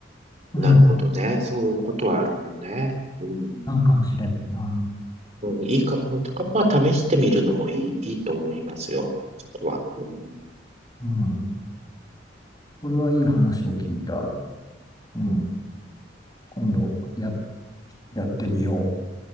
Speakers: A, on the left; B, on the right.
A: うん、
B: なるほどね。そういうことはあるよね。うん。
A: なんかもしれないな。
B: うん、いいか、うんだからまあ試してみるのもいい、いいと思いますよ。そこは。うん。
A: うん、これはいい話を聞いた。うん、
B: うん。
A: 今度や、やってみよう。